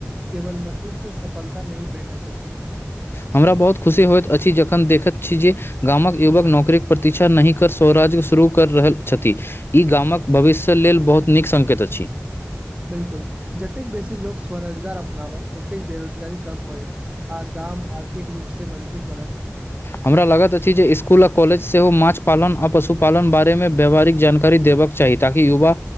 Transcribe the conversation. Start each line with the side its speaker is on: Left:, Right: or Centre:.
Right: केवल मशीन से सफलता नय भैठ तच अछि
Left: हमरा बहुत खुशी होइत अछि जखन देखैत छी जे गामक युवक नौकरीक प्रतीक्षा नहि कर स्वराज्य शुरू कर रहल छथि ई गामक भविष्य लेल बहुत नीक सङ्केत अछि
Right: बिलकुल जतेक बेसी लोकोग स्वरोजगार अपनावैत ओतेक बेरोजगारी कम होय आ गाम आर्थिक रूप से मजबूत बनत
Left: हमरा लागैत अछि जे इसकुल आ कॉलेज सेहो माछ पालन आ पशुपालन बारे मे व्याववहारिक जानकारी देबऽ चाही ताकि युवा